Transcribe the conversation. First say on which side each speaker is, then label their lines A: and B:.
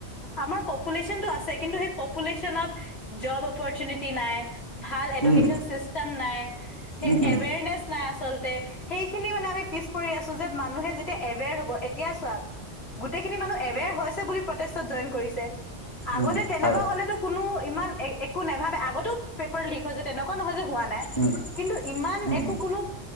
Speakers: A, on the left; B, on the left.
A: আমাৰ পপুলেশ্যনটো আছে ছে কিন্তু সেই পপুলেচনত যব অপচুনেটি নাই। ভাল এডুকেশচন
B: উম
A: চিষ্টেম নাই, সেই
B: উম উম
A: এৱেৰনেচ নাই আচলতে, সেইখিনি মানে আমি পিছ পৰি আছো যে মানুহে যেতিয়া এবেৰ হ'ব এতিয়া চোৱা গোটেইখিনি মানুহ এৱেৰ হৈছে বুলি প্ৰটেষ্টত জইন কৰিছে। আগতে
B: উম
A: তেনেকুৱা
B: হয়
A: হলেতো কোনো ইমান একো নাভাবে আগতো পেপাৰ লীক হৈছে তেনেকুৱা নহয় যে হোৱা নাই।
B: উম
A: কিন্তু ইমান
B: উম
A: একো
B: উম
A: কোনো